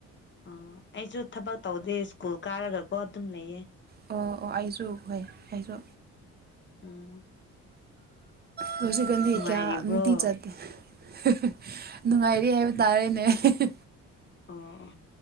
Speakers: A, on the left; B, on the right.
A: ꯑꯣ ꯑꯩꯁꯨ ꯊꯕꯛ ꯇꯧꯗꯦ ꯁ꯭ꯀꯨꯜ ꯀꯥꯔꯒꯀꯣ ꯑꯗꯨꯝ ꯂꯩꯌꯦ
B: ꯑꯣ ꯑꯣ ꯑꯩꯁꯨ ꯍꯣꯏ ꯑꯩꯁꯨ
A: ꯎꯝ
B: ꯍꯧꯖꯤꯛ ꯀꯥꯟꯗꯤ
A: ꯅꯨꯡꯉꯥꯏꯔꯤꯕ꯭ꯔꯣ
B: ꯀꯌꯥ ꯅꯨꯡꯇꯤ ꯆꯠꯗꯦ ꯍꯥ ꯍ ꯅꯨꯡꯉꯥꯏꯔꯤ ꯍꯥꯏꯕ ꯇꯥꯔꯦꯅꯦ ꯑꯦ ꯍꯤ ꯍꯤ
A: ꯑꯣ ꯑꯣ